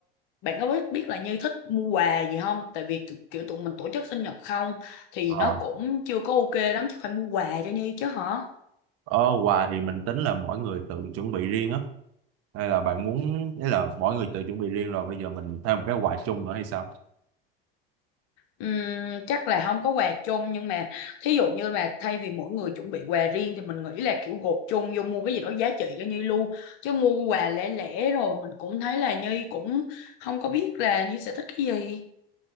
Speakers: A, on the left (about 65°); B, on the right (about 55°).
A: Bạn có biết, biết là Như thích mua quà gì không Tại vì tụ- kiểu tụi mình tổ chức sinh nhật không Thì
B: ờ
A: nó cũng chưa có ok lắm Chứ phải mua quà cho Như chứ hả
B: ờ quà thì mình tính là mỗi người tự chuẩn bị riêng á hay là bạn muốn đấy là mỗi người tự chuẩn bị riêng rồi bây giờ mình thêm một cái quà chung nữa hay sao
A: Ừm, chắc là không có quà chung nhưng mà thí dụ như là thay vì mỗi người chuẩn bị quà riêng thì mình nghĩ là kiểu gộp chung vô mua cái gì đó giá trị cho Nhi luôn chứ mua quà lẻ lẻ rồi mình cũng thấy là Nhi cũng không có biết là Nhi sẽ thích cái gì